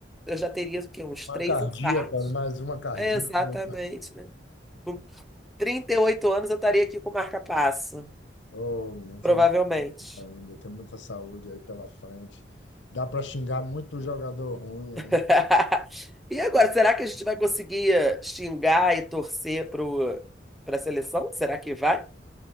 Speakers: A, in the centre; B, on the left (about 80°).
A: Eu já teria, o quê? Uns
B: Uma
A: três
B: cardíaca,
A: infartos.
B: mais uma cardíaca.
A: É, exatamente,
B: não-
A: né? Com 38 anos eu estaria aqui com marca-passo,
B: Oh, não
A: provavelmente.
B: sei ainda, tem muita saúde aí pela frente. Dá para xingar muito jogador ruim aí.
A: <laughs> E agora, será que a gente vai conseguir eh, xingar e torcer pro, pra seleção? Será que vai?